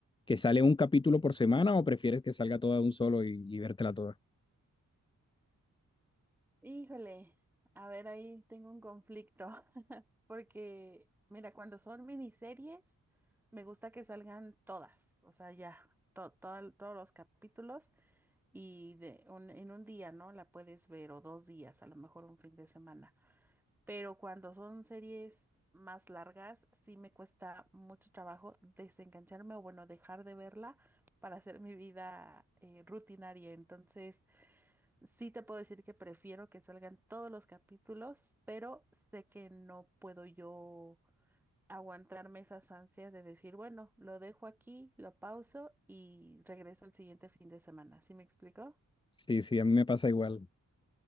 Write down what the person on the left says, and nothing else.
que sale un capítulo por semana o prefieres que salga toda de un solo y, y vértela toda?
Sí, sí, a mí me pasa igual.